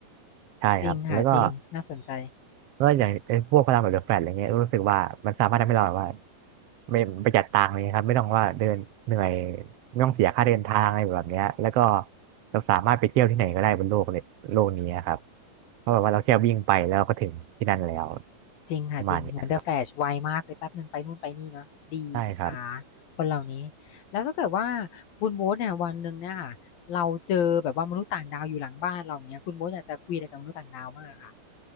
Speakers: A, on the right; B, on the left.
A: ใช่ครับแล้วก็
B: จริงค่ะ จริง น่าสนใจ
A: ก็อย่างไอ้พวกพลังแบบเดอะแฟลชอะไรเงี้ยรู้สึกว่ามันสามารถทำให้เราแบบว่าไม่ประหยัดตังค์เลยครับไม่ต้องว่าเดินเหนื่อยไม่ต้องเสียค่าเดินทางอะไรแบบเนี้ยแล้วก็เราสามารถไปเที่ยวที่ไหนก็ได้บนโลกเลยโลกนี้ครับเพราะแบบว่าเราแค่วิ่งไปแล้วก็ถึงที่นั่นแล้ว
B: จริงค่ะจริงเหมือน
A: ประมาณเนี้ยครับ
B: The Flash ไวมากเลยแป๊บหนึ่งไปนู่นไปนี่เนาะดีอิจฉา
A: ใช่ครับ
B: คนเหล่านี้แล้วถ้าเกิดว่าคุณโบ๊ทเนี่ยวันหนึ่งเนี่ยค่ะเราเจอแบบว่ามนุษย์ต่างดาวอยู่หลังบ้านเราอย่างเงี้ยคุณโบ๊ทอยากจะคุยอะไรกับมนุษย์ต่างดาวมากอค่ะ